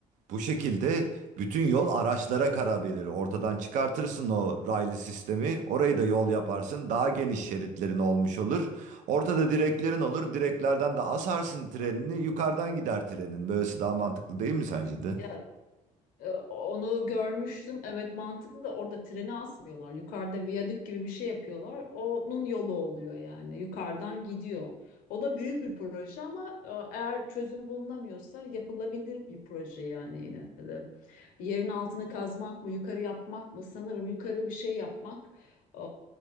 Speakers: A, on the right; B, on the left.
A: bu şekilde bütün yol araçlara karabilir. Ortadan çıkartırsın o raylı sistemi. Orayı da yol yaparsın. Daha geniş şeritlerin olmuş olur. Ortada direklerin olur. Direklerden de asarsın trenini. Yukarıdan gider trenin. Böylesi daha mantıklı değil mi sence de?
B: Ya Ee, Onu görmüştüm. Evet mantıklı da orada treni asmıyorlar. Yukarıda viyadük gibi bir şey yapıyorlar. Onun yolu oluyor yani. Yukarıdan gidiyor. O da büyük bir proje ama e, eğer çözüm bulunamıyorsa yapılabilir bir proje yani yine de. Yerin altını kazmak mı, yukarı yapmak mı? Sanırım yukarı bir şey yapmak e,